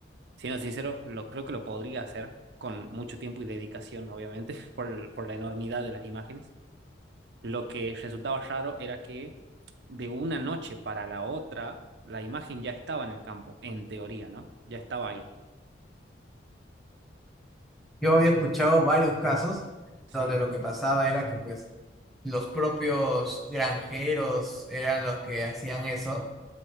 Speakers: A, on the right; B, in the centre.
A: Siendo sincero, lo, creo que lo podría hacer con mucho tiempo y dedicación, obviamente, <laughs> por, el- por la enormidad de las imágenes. Lo que resultaba raro era que de una noche para la otra, la imagen ya estaba en el campo, en teoría, ¿no? Ya estaba ahí.
B: Yo había escuchado varios casos
A: Sí,
B: donde lo que pasaba era que pues los propios granjeros eran los que hacían eso